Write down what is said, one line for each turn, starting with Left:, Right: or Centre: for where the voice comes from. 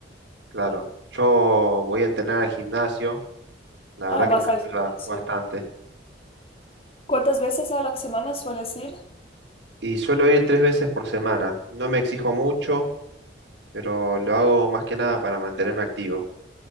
Right: Claro, yo voy a entrenar al gimnasio, la
Left: Ah,
Right: verdad
Left: vas
Right: que me ayuda
Left: al gimnasio.
Right: bastante.
Left: ¿Cuántas veces a la semana sueles ir?
Right: Y suelo ir tres veces por semana, no me exijo mucho, pero lo hago más que nada para mantenerme activo.